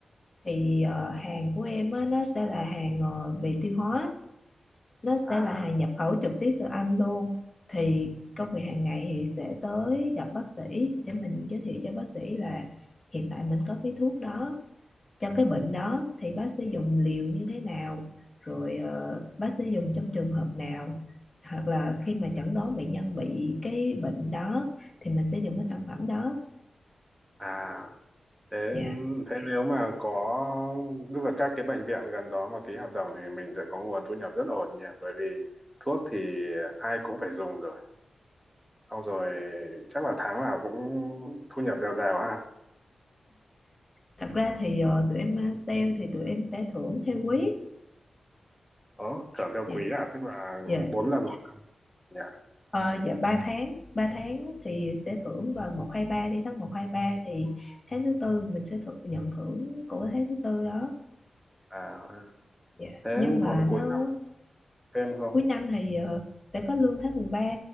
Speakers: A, on the left; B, in the centre.
A: thì ờ, hàng của em á, nó sẽ là hàng ờ, về tiêu hóa nó
B: À,
A: sẽ là hàng nhập khẩu trực tiếp từ Anh luôn thì công việc hàng ngày thì sẽ tới gặp bác sĩ để mình giới thiệu cho bác sĩ là hiện tại mình có cái thuốc đó cho cái bệnh đó thì bác sẽ dùng liều như thế nào rồi ờ, bác sẽ dùng trong trường hợp nào hoặc là khi mà chẩn đoán bệnh nhân bị cái bệnh đó thì mình sẽ dùng cái sản phẩm đó
B: à. thế
A: dạ
B: thế nếu mà có tức là các cái bệnh viện gần đó mà ký hợp đồng thì mình sẽ có nguồn thu nhập rất ổn nhỉ bởi vì thuốc thì ai cũng phải dùng rồi xong rồi chắc là tháng nào cũng thu nhập đều đều ha
A: thật ra thì ờ, tụi em ờ, sale thì tụi em sẽ thưởng theo quý
B: ờ thưởng theo
A: dạ
B: quý à tức là
A: dạ
B: bốn lần một nhỉ
A: Ờ, dạ 3 tháng 3 tháng thì sẽ thưởng vào một 2 ba đi tháng một 2 3 thì tháng thứ tư mình sẽ thưởng, nhận thưởng của tháng thứ tư đó
B: à
A: dạ.
B: thế
A: Nhưng mà
B: còn cuối
A: nó
B: năm thêm không
A: cuối năm thì ờ, sẽ có lương tháng mười ba